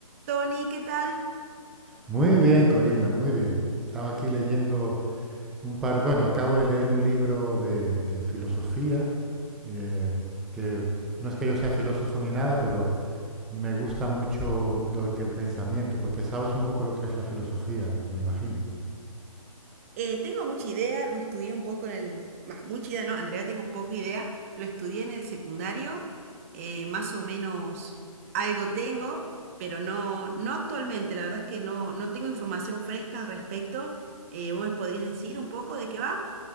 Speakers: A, on the right; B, in the centre.
A: Tony, ¿qué tal?
B: Muy bien, Corina, muy bien. Estaba aquí leyendo un par, bueno, acabo de leer un libro de, de filosofía, eh, que no es que yo sea filósofo ni nada, pero me gusta mucho lo que el pensamiento, porque sabes un poco lo que es la filosofía, me imagino.
A: Eh, tengo mucha idea, lo estudié un poco en el... bah, mucha idea, no, en realidad tengo poca idea. Lo estudié en el secundario, eh, más o menos algo tengo, pero no, no actualmente. La verdad es que no, no tengo información fresca al respecto. Eh, ¿vos me podrías decir un poco de qué va?